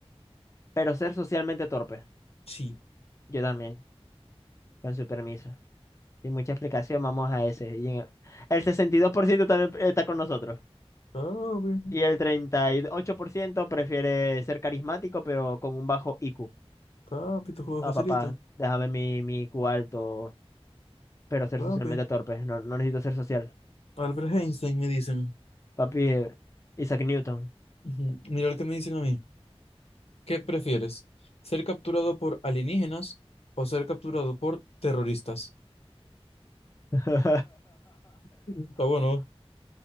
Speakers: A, on the left (about 30°); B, on the left (about 70°).
A: pero ser socialmente torpe.
B: Sí.
A: Yo también, con su permiso. Sin mucha explicación, vamos a ese. Y en el, el 62% también está con nosotros.
B: Papi,
A: Y el 38% prefiere ser carismático, pero con un bajo IQ.
B: papi, tu juego
A: Ah,
B: es facilito.
A: papá, déjame mi, mi IQ alto, pero ser
B: Papi.
A: socialmente torpe. No, no necesito ser social.
B: Albert Einstein me dicen.
A: Papi, eh, Isaac Newton.
B: Ujú. Mira lo que me dicen a mí. ¿Qué prefieres? ¿Ser capturado por alienígenas o ser capturado por terroristas?
A: <laughs>
B: Ujú. Está bueno.